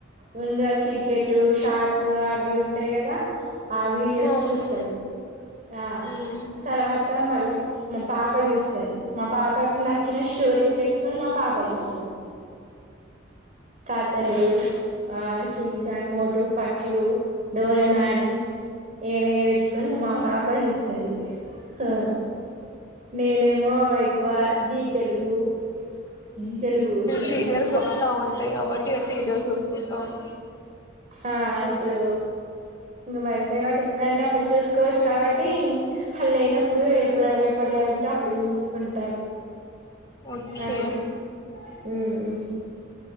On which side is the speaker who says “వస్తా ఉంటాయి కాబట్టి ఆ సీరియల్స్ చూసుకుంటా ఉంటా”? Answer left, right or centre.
Left